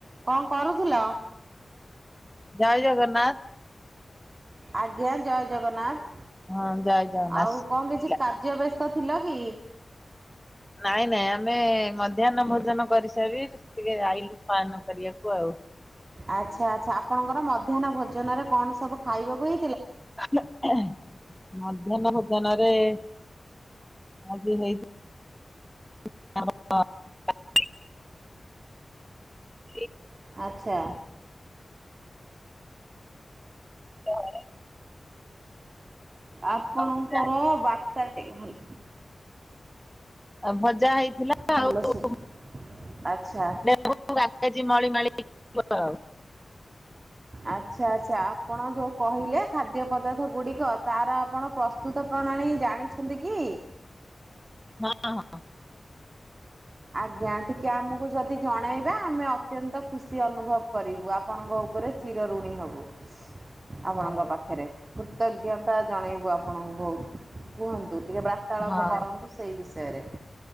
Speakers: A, on the right; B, in the centre.
A: କଁ କରୁଥୁଲ?
B: ଜୟ ଜଗନ୍ନାଥ୍।
A: ଆଜ୍ଞା ଜୟ ଜଗନ୍ନାଥ୍।
B: ହଁ ଜୟ ଜଗନ୍ନାଥ।
A: ଆଉ କଁ କିଛି କାର୍ଯ୍ୟ ବ୍ୟସ୍ତ ଥିଲା କି?
B: ନାଇଁ ନାଇଁ ଆମେ ମଧ୍ୟାହ୍ନ ଭୋଜନ କରିସାରି ଟିକେ ଆଇଲୁ ସୟନ କରିବାକୁ ଆଉ।
A: ଆଚ୍ଛା ଆଚ୍ଛା ଆପଣଙ୍କର ମଧ୍ୟାହ୍ନ ଭୋଜନରେ କଣ ସବୁ ଖାଇବ ହୁଏ।
B: <unintelligible> ମଧ୍ୟାହ୍ନ ଭୋଜନ ରେ ଆଜି ହେଇ <unintelligible> ଇକ୍
A: ଆଚ୍ଛା।
B: ସେ ଘରେ
A: ଆପଣଙ୍କର
B: ଭଜା
A: ବାର୍ତ୍ତା ଟି ଭଲ୍
B: ଆଉ ଭଜା ହେଇଥିଲା
A: ଭଲ
B: ଆଉ
A: ଶୁଭୁ ଆଚ୍ଛା।
B: ନା <unintelligible> ମଳିମାଳି <unintelligible> ଆଉ
A: ଆଚ୍ଛା ଆଚ୍ଛା ଆପଣ ଯୋଉ କହିଲେ ଖାଦ୍ୟ ପଦାର୍ଥ ଗୁଡ଼ିକ ତାର ଆପଣ ପ୍ରସ୍ତୁତ ପ୍ରଣାଳୀ ଜାଣିଛ ଛନ୍ତି କି?
B: ହଁ ହଁ।
A: ଆଜ୍ଞା ଟିକେ ଆମକୁ ଯଦି ଜଣାଇବା ଆମେ ଅତ୍ୟନ୍ତ ଖୁସି ଅନୁଭବ କରିବୁ ଆପଣଙ୍କ ଉପରେ ଚି ଚିର ଋଣୀ ହବୁ ଆପଣଙ୍କ
B: ହଁ ହଉ।
A: ପାଖରେ କୃତଜ୍ଞତା ଜ ଜଣେଇବୁ ଆପଣଙ୍କୁ ବୋହୁ କୁହନ୍ତୁ ଟିକେ ବାର୍ତ୍ତାଳାପ
B: ହଁ
A: କରନ୍ତୁ ସେଇ ବିଷୟରେ।